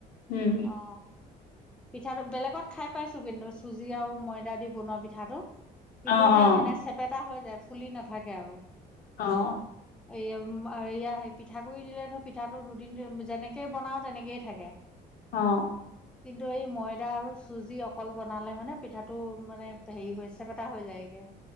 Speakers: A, on the left; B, in the centre.
A: উম,
B: অ পিঠাটো বেলেগত- খাই পাইছো কিন্তু চুজি আৰু ময়দা দি বনোৱা পিঠাটো
A: অ',
B: কিন্তু সেই
A: অ',
B: মানে চেপেটা হৈ যায় ফুলি নাথাকে আৰু
A: অহ।
B: এই পিঠাগুড়ি দিলে ধৰ পিঠাটো দুদিন যেনেকেই বনাওঁ তেনেকেইয়ে থাকে।
A: অ
B: কিন্তু এই ময়দা আৰু চুজি অকল বনালে মানে পিঠাটো মানে হেৰি হৈ চেপটা হৈ যায়গে